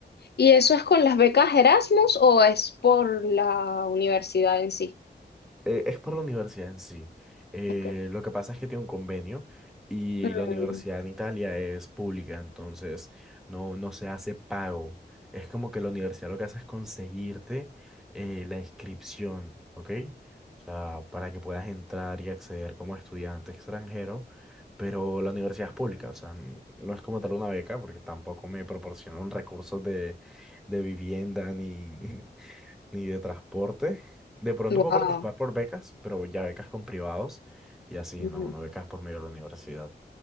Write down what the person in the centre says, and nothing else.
Eh, es por la universidad en sí. Eh,
lo que pasa es que tiene un convenio y
la universidad en Italia es pública, entonces no, no se hace pago. Es como que la universidad lo que hace es conseguirte eh, la inscripción, ¿ok? O sea, para que puedas entrar y acceder como estudiante extranjero, pero la universidad es pública, o sea, n- no es como tal una beca, porque tampoco me proporcionan recursos de, de vivienda ni, <laughs> ni de transporte. De pronto
puedo participar por becas, pero ya becas con privados y así,
no, no becas por medio de la universidad.